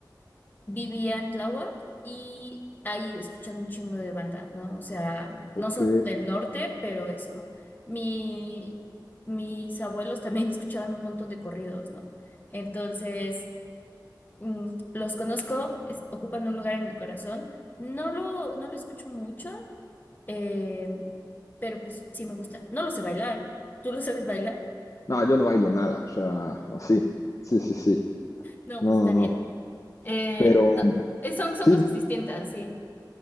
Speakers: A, on the left; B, on the left.
A: vivía en Tláhuac y ahí escuchando un chingo de banda, ¿no? O sea,
B: Ok.
A: no son del norte, pero eso. Mi, mis abuelos también <laughs> escuchaban un montón de corridos, ¿no? Entonces, mm, los conozco, es- ocupan un lugar en mi corazón. No lo, no lo escucho mucho, eh, pero pues sí me gusta. No lo sé bailar. ¿Tú lo sabes bailar?
B: No, yo no bailo nada, o sea, así. Sí, sí, sí.
A: No,
B: No,
A: pues está
B: no,
A: bien.
B: no.
A: Eh,
B: Pero
A: no, eh, son, son
B: sí,
A: cosas distintas, sí.